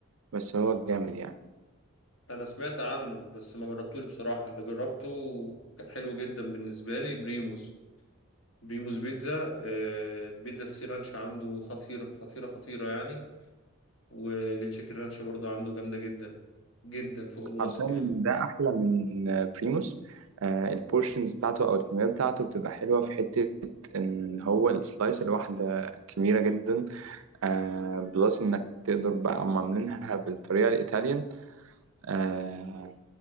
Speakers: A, on the right (about 75°); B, on the left (about 65°).
A: بس هو جامد يعني
B: انا سمعت عنه بس ما جربتوش بصراحة اللي جربته كان حلو جدا بالنسبة لي بريموز بيموس بيتزا آه، بيتزا السي رانش عنده خطيرة خطيرة خطيرة يعني والتشيكن رانش برضه عنده جامدة جدا جدا فوق الوصف
A: حرفيا
B: يعني
A: ده احلى من آه، بريموس آه البورشنز بتاعته او الكميات بتاعته بتبقى حلوة في حتة ان هو السلايس الواحدة كبيرة جدا آه بلس انك تقدر بقى هم عاملينها بالطريقه الايطاليان آه